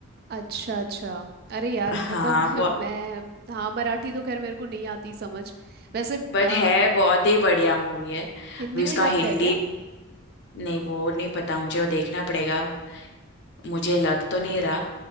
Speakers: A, on the right; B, on the left.
A: अच्छा अच्छा अरे यार मतलब
B: हाँ
A: <laughs> मैं हाँ मराठी तो खैर मेरे को नहीं आती समझ वैसे
B: बट
A: अ,
B: है बहुत ही बढ़िया मूवी है अभी
A: हिंदी
B: उसका
A: में डब्ड
B: हिंदी
A: है क्या
B: नहीं वो नहीं पता मुझे वो देखना पड़ेगा मुझे लग तो नहीं रहा